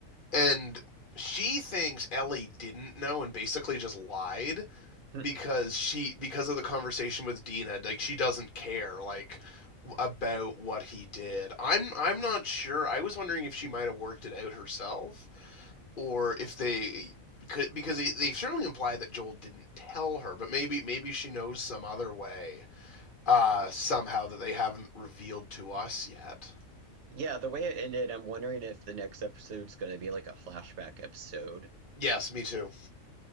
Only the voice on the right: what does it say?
Hmm.
Yeah, the way it ended, I'm wondering if the next episode's going to be like a flashback episode.